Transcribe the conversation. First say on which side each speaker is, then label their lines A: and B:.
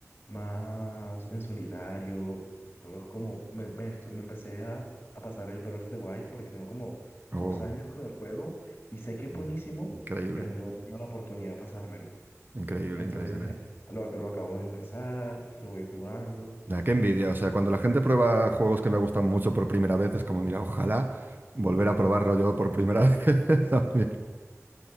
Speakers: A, on the left; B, on the right.
A: más en solitario, juegos como, me, me estu- me empecé a, a pasar el Breath of the Wild porque tengo como dos
B: Oh,
A: años con el juego y sé que es
B: mm,
A: buenísimo,
B: increíble.
A: pero no he tenido la oportunidad de pasármelo.
B: Increíble,
A: Entonces
B: increíble.
A: eh, lo, lo acabo de empezar y lo voy jugando.
B: Ya, qué envidia. O sea, cuando la gente prueba juegos que me gustan mucho por primera vez, es como, mira, ojalá volver a probarlo yo por primera <laughs> vez también.